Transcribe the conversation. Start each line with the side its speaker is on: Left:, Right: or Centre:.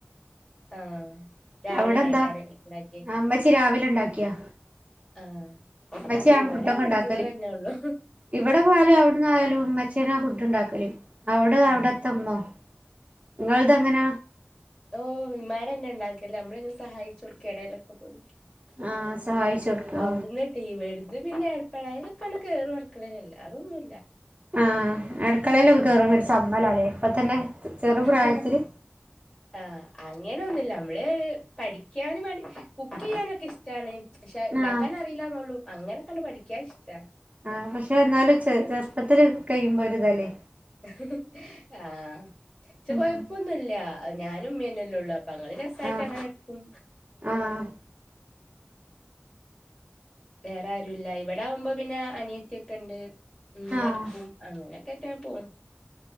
Left: ആഹ് രാവിലെ
Right: അവിടെ
Left: ഇണ്ടാക്കിയ
Right: എന്താ
Left: ആരാ ഇണ്ടാക്കിയെ
Right: അമ്മച്ചി രാവിലെ ഇണ്ടാക്കിയാ
Left: ആഹ്
Right: ഉമ്മച്ചിയാണ്
Left: ഇവിടെ
Right: ഫുഡ് ഒക്കെ ഉണ്ടാക്കല്
Left: അഞ്ചോറന്നെ ഒള്ളു
Right: ഇവിടെ പോയാലും അവിടന്നയാലും ഉമ്മച്ചിയനേ ഫുഡ് ഇണ്ടാക്കല് അവിട
Left: ആഹ്
Right: അവിടെത്തമ്മോ നിങ്ങളതെങ്ങനെ
Left: ഓ ഇമ്മാരന്നെ ഇണ്ടാക്കല് നമ്മള് ഇങ്ങനെ സഹായിച്ചു കൊടുക്കു ഇടയിലൊക്കെ പോയിട്ട് മ്മ്ഹ്
Right: ആഹ് സഹായിച്ചു കൊടുക്കോ
Left: അവിട്ന്ന് ഇവിട്ന്ന് പിന്നെ എപ്പഴായാലും ഒക്കെ കേറും അടുക്കളയിൽ അല്ലാതൊന്നുല്ല
Right: ആഹ് അടുക്കളല്
Left: ആഹ്
Right: കേറുമ്പോ ഒരു ചമ്മലല്ലേ ഇപ്പൊ തന്നെ ചെറു പ്രായത്തില്
Left: ഹ്ഹാ ആഹ് അങ്ങനെന്നുല്ല നമ്മള് പഠിക്കാനും മടി കുക്ക് ചെയ്യാനൊക്കെ ഇഷ്ട്ടവാ ഇഷ്ടാണ് പക്ഷെ ഇണ്ടാക്കാന്
Right: ആഹ്
Left: അറിയില്ലന്നള്ളു അങ്ങനെ പഠിക്കാൻ ഇഷ്ട്ടാ
Right: ആ പക്ഷെ എന്നാലും ചെറു ചെറുപ്പത്തില് കഴിയുമ്പോഒരു ഇതല്ലേ
Left: ഹിഹി ആഹാ ചെ
Right: ഉം
Left: കൊഴപ്പൊന്നുല്ല ഞാന് ഉമ്മേന്നെയല്ലേ ഉള്ളൂ അപ്പൊ അങ്ങനെ രസായിട്ട്
Right: ആഹ്
Left: അങ്ങനെ എടുക്കും
Right: ആഹ്
Left: വേറെ ആരും ഇല്ല ഇവിടെ ആവുമ്പോ പിന്നെ അനിയത്തി ഒക്കെ ഇണ്ട് ഇമ്മ
Right: ആഹ്
Left: എടുക്കും അങ്ങനെയൊക്കെയായിട്ടാ പോന്ന്